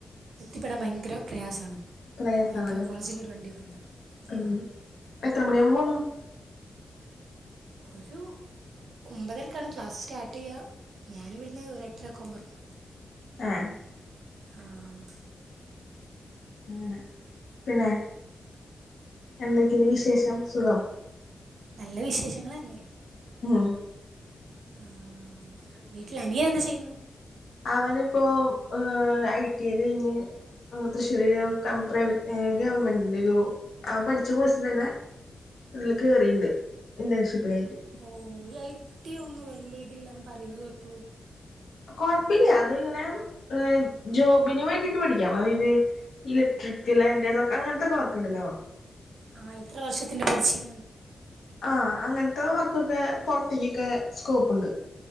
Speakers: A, on the right; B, on the left.
A: എത്തിപ്പെടാൻ
B: ആഹ്
A: ഭയങ്കര പ്രയാസാണ്
B: പ്രയാസാണല്ലേ
A: അപ്പോ ഞങ്ങക്ക് കോളേജിന് ഒരു വണ്ടിയൊക്കെ ഉണ്ട്
B: ഉം
A: ആഹ്
B: എത്ര മണിയാവുമ്പോ പോണം?
A: ഒരു ഒമ്പതരക്കാണ് ക്ലാസ്സ് സ്റ്റാർട്ടെയ്യാ ഞാന് വിടുന്ന് ഒരെട്ടരക്കാവുമ്പെറങ്ങും
B: ഏഹ്
A: ആഹ്
B: അങ്ങനെ പിന്നെ എന്തെക്കെണ്ട് വിശേഷം സുഖം
A: നല്ല വിശേഷങ്ങളെന്നെ
B: ഉം
A: ആഹ് വീട്ടിൽ അനിയനെന്താ ചെയ്യ്ന്നേ
B: അവന്പ്പൊം ഐ ടി ഐ കഴിഞ്ഞ് ആഹ് തൃശ്ശൂര് ഒരു കം പ്രൈവറ്റ് ഗവൺമെന്റിന്റെ ഒരു ആ പഠിച്ച കോഴ്സിന്റെന്നെ ഇതില് കേറീണ്ട് ഇന്റേൺഷിപ്പിനായിട്ട്
A: ഓഹ് ഈ ഐ ടി ഐ ഒന്നും വല്യ ഇതില്ലാന്ന് പറയുന്ന കേട്ടൂ
B: കൊഴപ്പില്ല അത് ഇങ്ങനെ ഏഹ് ജോബിന് വേണ്ടിട്ട് പഠിക്കാം അതായത് ഇലക്ട്രിക്കല് അതിന്റേതൊക്കെ അങ്ങനത്തെക്കെ വർക്കുണ്ടല്ലോ
A: ആഹ് എത്ര വർഷത്തിന്റെ പഠിച്ചീന്
B: ആഹ് അങ്ങൻത്തെ വർക്കൊക്കെ പൊർത്ത്ക്കൊക്കെ സ്കോപ്പ്ണ്ട്